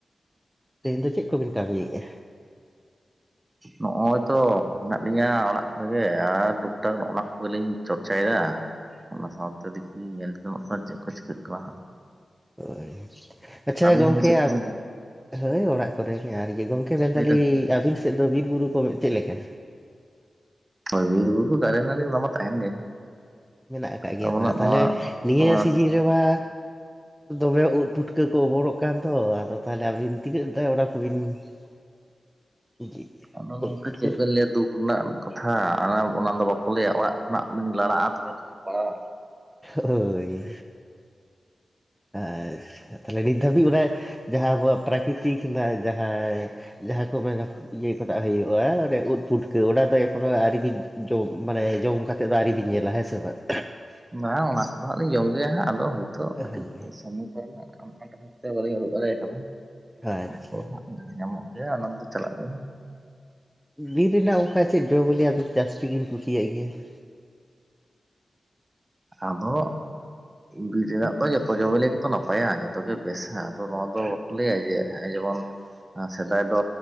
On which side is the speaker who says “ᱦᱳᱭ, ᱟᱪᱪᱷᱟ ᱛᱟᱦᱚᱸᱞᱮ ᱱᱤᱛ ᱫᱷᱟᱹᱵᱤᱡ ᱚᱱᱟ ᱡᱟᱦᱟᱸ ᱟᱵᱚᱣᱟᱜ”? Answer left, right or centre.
Centre